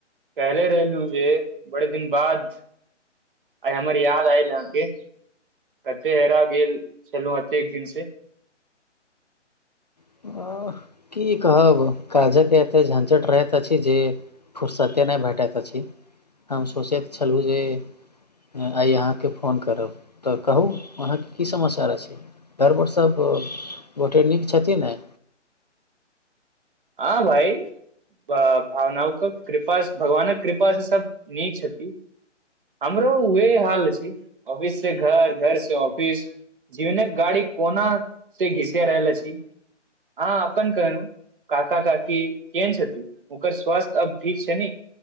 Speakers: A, on the right (about 45°); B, on the left (about 35°).
A: कहले रहू जे बड़े दिन बाद अइ हमर याद आयल आहाँ के कते हेरा गेल छलहुँ एतेक दिन से
B: <unintelligible> की कहब काजक एते झंझट रहैत अछि जे फुुरसते नहि भेटयके अछि हम सोचैके छलहुँ जे आइ अहाँके फोन करब तऽ कहू अहाँके की समाचार आछि घरबड़ सब गोटे नीक छथिन नऽ
A: हँ भइ भावना क कृपा भगवानक कृपास सऽ सब नीक छथि हमरो उह हाल आछि ऑफिस से घर घर से ऑफिस जीवने गाड़ी कोना से घीसिया रहलल आछि आहाँ अपन कहू काका काकी केहन छथि ओकर स्वास्थ्य अब ठीक छैन